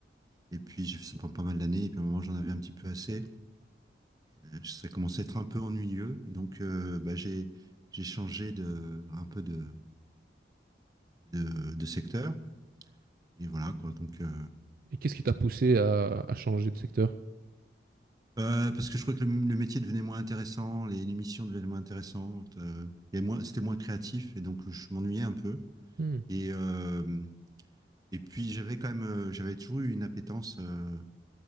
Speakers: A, on the right; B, on the right.
A: Et puis, j'ai fait ça pendant pas mal d'années, et puis à un moment, j'en avais un petit peu assez. Euh, Ça commençait à être un peu ennuyeux, donc euh, bah, j'ai, j'ai changé de, un peu de, de, de secteur. Et voilà, quoi. Donc, euh,
B: Et qu'est-ce qui t'a poussé à, à changer de secteur?
A: Euh, parce que je trouvais que le, le métier devenait moins intéressant, les émissions devenaient moins intéressantes, euh, et moins, c'était moins créatif, et donc je m'ennuyais un peu.
B: Hmm.
A: Et, euh, et puis j'avais quand même, euh, j'avais toujours eu une appétence euh,